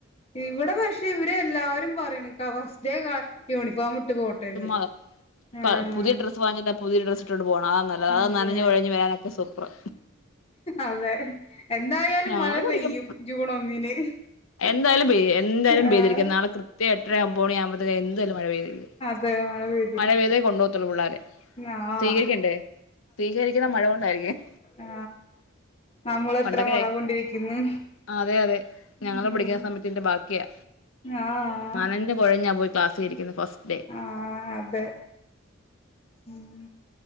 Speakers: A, on the left (about 30°); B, on the left (about 85°).
A: ഇവിടെ പക്ഷെ ഇവര് എല്ലാവാരും പറിണ് ഫസ്റ്റ് ഡേ യൂണിഫോം ഇട്ട് പോട്ടേന്ന്
B: ചുമ്മാതാ
A: ആഹ്
B: പുതിയ ഡ്രസ്സ് വാങ്ങി പുതിയ ഡ്രസ് ഇട്ടോണ്ട് പോണം. അതാ നല്ലത്അത്
A: അതെ
B: നനഞ് കൊഴഞ്ഞൊക്കെ വരാനൊക്കെ സൂപ്പറ്
A: അതെ എന്തായാലും
B: ഞങ്ങള്
A: മഴ
B: കുടിക്കും
A: പെയ്യും. ജൂൺ ഒന്നിന്
B: എന്തായാലും പെയ്യും എന്തായാലും
A: ആഹ്
B: പെയ്തിരിക്കും. നാളെ കൃത്യം എട്ടര ഒമ്പ മണി ആവുമ്പത്തേക്ക എന്തായാലും മഴ പെയ്തിരിക്കും.
A: തെ മഴ പെ
B: മഴ പെയ്തേ കൊണ്ടോത്തൊള്ളു പിള്ളാര്
A: ആഹ്
B: സ്വീകരിക്കണ്ടേ സ്വീകരിക്കുന്ന മഴ കൊണ്ടായിരിക്കും
A: ആ നമ്മളത്ര
B: പണ്ടൊക്കെ
A: മഴ കൊണ്ടിരിക്കുന്നു
B: അതെ അതെ ഞങ്ങളെ
A: ഉം
B: പിടിക്കാൻ സമയത്തിന്റെ ബാക്കിയാ
A: ആഹ്
B: നനഞ്ഞു കുഴഞ്ഞാ പോയി ക്ലാസിലിരിക്കുന്ന ഫസ്റ്റ് ഡേ
A: ആഹ് അതെ ഉം